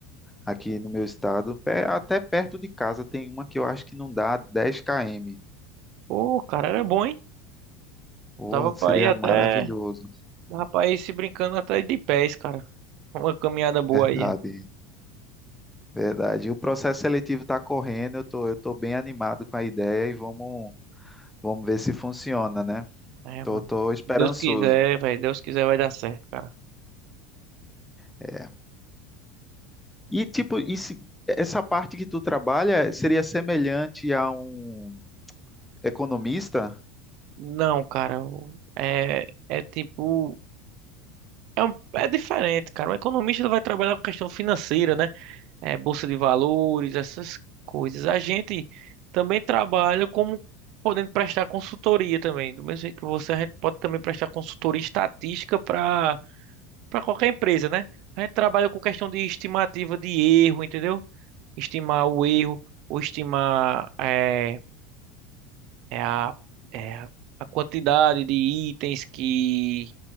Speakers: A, in the centre; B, on the right.
A: aqui no meu estado, Pé- até perto de casa tem uma que eu acho que não dá 10 km.
B: Pô, cara, era bom, hein?
A: Pô,
B: Dava pra
A: seria
B: ir até.
A: maravilhoso.
B: Dava pra ir se brincando até de pés, cara. Uma caminhada boa
A: Verdade,
B: aí.
A: verdade. E o processo seletivo está correndo, eu tô, eu tô bem animado com a ideia e vamos, vamos ver se funciona, né?
B: É,
A: Tô,
B: mano.
A: tô esperançoso.
B: Deus quiser, velho. Deus quiser vai dar certo, cara.
A: É. E tipo, e se- essa parte que tu trabalha seria semelhante a um economista?
B: Não, cara. o- É, é tipo. É, um- é diferente, cara. O economista ele vai trabalhar com questão financeira, né? É, bolsa de valores, essas coisas. A gente também trabalha como podendo prestar consultoria também. Do mesmo jeito que você, a gente pode também prestar consultoria estatística para para qualquer empresa, né? A gente trabalha com questão de estimativa de erro, entendeu? Estimar o erro, ou estimar é, é a, é a a quantidade de itens que